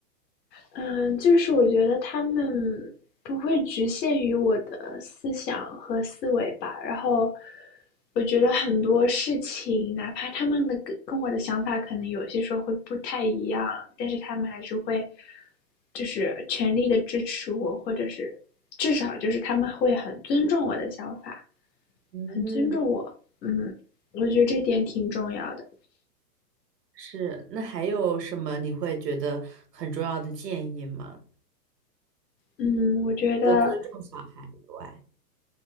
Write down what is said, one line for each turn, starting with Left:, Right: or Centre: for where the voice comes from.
Left: 嗯，就是我觉得他们不会局限于我的思想和思维吧。然后，我觉得很多事情，哪怕他们的跟跟我的想法可能有些时候会不太一样，但是他们还是会，就是全力的支持我，或者是至少就是他们会很尊重我的想法，
Right: 嗯，
Left: 很尊重我。嗯，我觉得这点挺重要的。
Right: 是。那还有什么你会觉得很重要的建议吗？
Left: 嗯，我觉得。
Right: 除了尊重小孩以外，